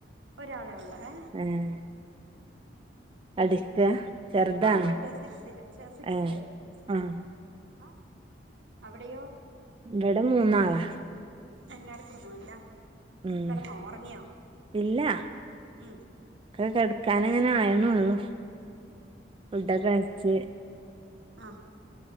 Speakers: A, on the right; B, on the right.
A: ഒരാളെ ഉള്ളോ ആ
B: ഏഹ്
A: പിന്നെ
B: പഠിക്കാ ചെറുതാണോ
A: ആഹ് പഠിക്കണ് സിക്സ്തിൽ ചെ സിക്സ്തിലേക്ക്
B: ഏഹ്
A: സിക്
B: ആഹ്
A: ആ അവിടെയോ
B: ഇവിടെ മൂന്നാളാ
A: എന്നടുക്കുന്നു എല്ലാം
B: ഉം
A: കിടന്നോ ഉറങ്ങിയോ
B: ഇല്ലാ
A: ഉം
B: കൈ കെടുക്കാന് അങ്ങനെ ആയിന്നുള്ളു ഫുഡൊക്കെ കഴിച്ച്
A: ആ